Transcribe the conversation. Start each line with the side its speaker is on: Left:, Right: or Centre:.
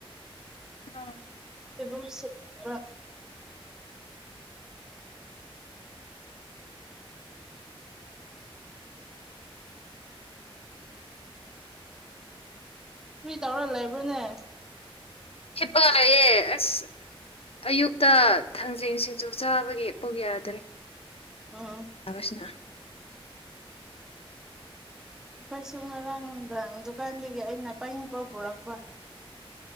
Left: ꯍ <unintelligible>
Centre: ꯁꯣꯏꯕꯨꯝ ꯁꯤꯠꯕ ꯀ꯭ꯔꯤ ꯇꯧꯔꯥ ꯂꯩꯕ꯭ꯔꯥꯅꯦ
Left: ꯍꯤꯄꯥꯒ ꯂꯩꯌꯦ ꯑꯁ ꯑꯌꯨꯛꯇ ꯊꯥꯡꯖꯤꯟ ꯁꯤꯡꯖꯨ ꯆꯥꯕꯒꯤ ꯄꯨꯛ ꯌꯥꯗ꯭ꯔꯦ
Centre: ꯎꯝ
Left: ꯊꯁꯅ <unintelligible>
Centre: ꯑꯩꯈꯣꯏꯁꯨ ꯉꯔꯥꯡ ꯅꯨꯡꯗꯥꯡ ꯗꯨꯀꯥꯟꯗꯒꯤ ꯑꯩꯅ ꯄꯥꯏꯌꯤꯡꯄꯧ ꯄꯨꯔꯛꯄ